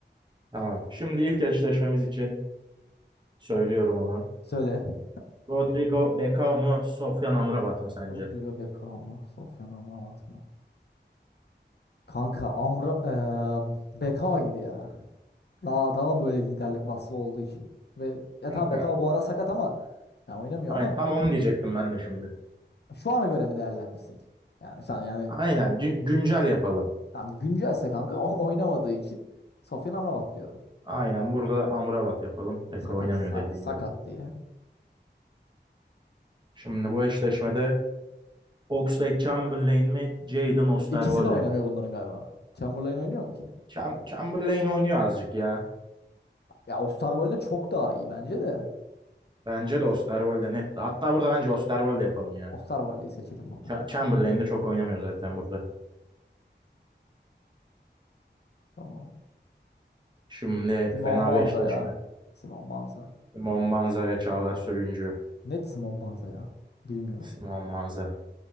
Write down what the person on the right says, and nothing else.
Tamam. Şimdi ilk eşleşmemiz için söylüyorum onu.
Rodrigo Becao mu? Sofyan Amrabat mı sence?
Kanka.
Aynen
tam onu diyecektim ben de şimdi.
Aynen gü- güncel yapalım.
Aynen burada da Amrabat yapalım. Beko
oynamıyor
dediğin
gibi.
Şimdi bu eşleşmede Oxlade-Chamberlain mi, Jaden Osterwolde
mi?
Cham Chamberlain oynuyor azıcık ya.
Bence de Osterwolde net. Hatta burada bence Osterwolde yapalım ya.
Ch Chamberlain de çok oynamıyor zaten burada.
Şimdi
fena
bir eşleşme.
Simon Banza ve Çağlar Söyüncü.
Simon Banza.